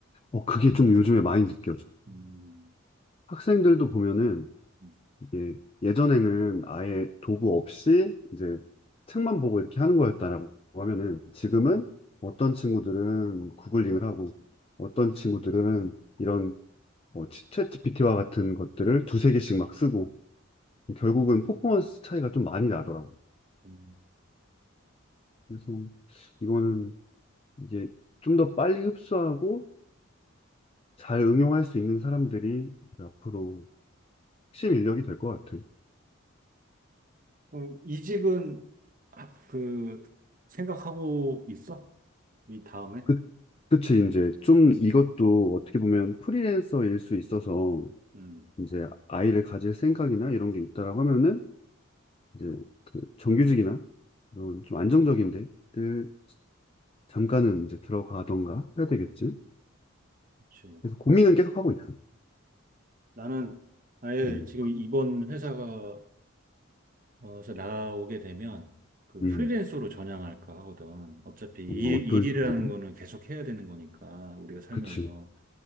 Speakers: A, on the left (about 25°); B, on the right (about 40°).
A: 어, 그게 좀 요즘에 많이 느껴져.
B: 음,
A: 학생들도 보면은
B: 음,
A: 이게 예전에는 아예 도구 없이 이제 책만 보고 이렇게 하는 거였다라고 하면은 지금은 어떤 친구들은 구글링을 하고 어떤 친구들은 이런 어, 치- 챗 GPT와 같은 것들을 두세 개씩 막 쓰고 결국은 퍼포먼스 차이가 좀 많이 나더라고요.
B: 음.
A: 그래서 이거는 이제 좀 더 빨리 흡수하고 잘 응용할 수 있는 사람들이 이제 앞으로 핵심 인력이 될 것 같아요.
B: 어, 이직은 아, 그 생각하고 있어? 이 다음에?
A: 그, 그치, 이제 좀 이것도 어떻게 보면 프리랜서일 수 있어서
B: 음,
A: 이제 아이를 가질 생각이나 이런 게 있다라고 하면은 이제 그 정규직이나 이런 좀 안정적인 데를 잠깐은 이제 들어가던가 해야 되겠지.
B: 그렇죠.
A: 그래서 고민은 계속 하고 있어.
B: 나는 아예
A: 음,
B: 지금 이번 회사가 어서 나오게 되면 그
A: 음,
B: 프리랜서로 전향할까 하거든. 어차피 일,
A: 어, 어떤
B: 일이라는
A: 식으로?
B: 거는 계속 해야 되는 거니까 우리가 살면서.
A: 그치.